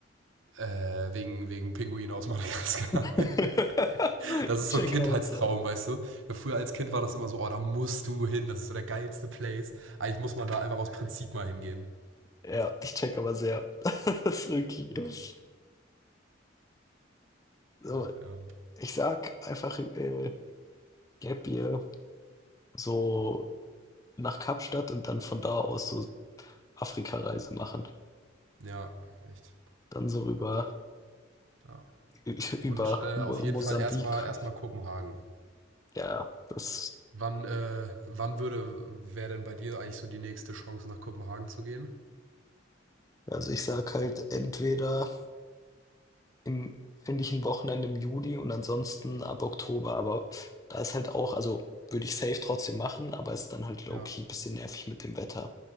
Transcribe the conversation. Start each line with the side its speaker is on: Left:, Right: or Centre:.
Right: äh, wegen, wegen Pinguin aus Madagaskar.
Left: <laughs>
Right: <laughs> Das ist
Left: check
Right: so ein Kindheitstraum,
Left: out. ja.
Right: weißt du? Ja, Früher als Kind war das immer so, oh, da musst du hin, das ist so der geilste Place. Eigentlich muss man da einfach aus Prinzip mal hingehen.
Left: Ja, ich check aber sehr. <laughs> Das ist wirklich.
Right: Ja,
Left: So,
Right: ach, ja.
Left: ich sag einfach äh, Gap Year so nach Kapstadt und dann von da aus so Afrika-Reise machen.
Right: ja echt.
Left: Dann so rüber
Right: Ja.
Left: <laughs>
Right: Und
Left: über
Right: äh,
Left: Mo
Right: auf jeden
Left: Mosambik.
Right: Fall erstmal erstmal Kopenhagen.
Left: Ja, das.
Right: Wann, äh, wann würde, wäre denn bei dir eigentlich so die nächste Chance, nach Kopenhagen zu gehen?
Left: Also ich sag halt entweder im, finde ich ein Wochenende im Juli und ansonsten ab Oktober. Aber da ist halt auch, also würde ich safe trotzdem machen, aber ist dann halt low-key
Right: Ja.
Left: bisschen nervig mit dem Wetter.